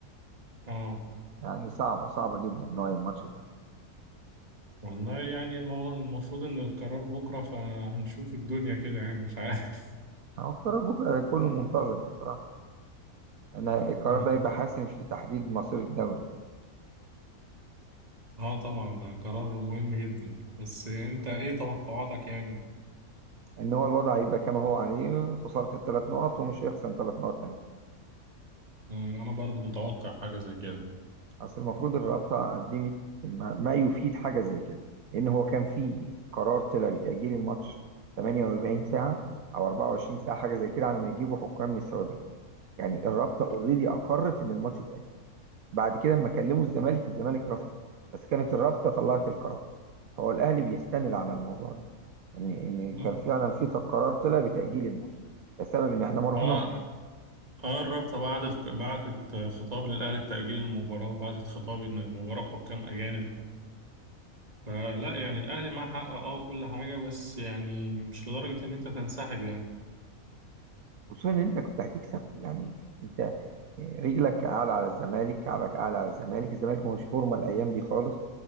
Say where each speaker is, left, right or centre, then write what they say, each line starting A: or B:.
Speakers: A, on the right; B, on the right.
A: اه
B: يعني صعبه صعبه جدا ان هو الماتش يتعاد
A: والله يعني المو- المفروض ان القرار بكره فهنشوف الدنيا كده يعني مش عارف
B: هو القرار بكره هيكون منتظر بصراحه انا القرار
A: <laughs> مم.
B: ده هيبقى حاسم في تحديد مصير الدوري
A: اه طبعا ده قرار مهم جدا بس انت ايه توقعاتك يعني
B: ان هو الوضع هيبقى كما هو عليه خساره الثلاث نقط ومش هيخسر ثلاث نقط تانية
A: مم، انا برضو متوقع حاجه زي كده
B: اصل المفروض الرابطه قدمت ما ما يفيد حاجه زي كده لان هو كان في قرار طلع بتاجيل الماتش 48 ساعه او 24 ساعه حاجه زي كده على ما يجيبوا حكام من السعوديه يعني الرابطه اوريدي اقرت ان الماتش يتاجل بعد كده لما كلموا الزمالك الزمالك رفض بس كانت الرابطه طلعت القرار فهو الاهلي بيستند على الموضوع ده ان ان
A: اه
B: كان فعلا في قرار طلع بتاجيل الماتش لسبب ان احنا ما رحناش
A: اه آه، الرابطه بعتت بعتت خطاب للاهلي بتاجيل المباراه وبعتت خطاب ان المباراه بحكام اجانب فلا يعني الاهلي معاه حق اه وكل حاجه بس يعني مش لدرجه ان انت تنسحب يعني
B: خصوصا ان انت كنت هتكسب يعني انت آه، رجلك اعلى على الزمالك كعبك اعلى على الزمالك الزمالك ما هوش فورمه الايام دي خالص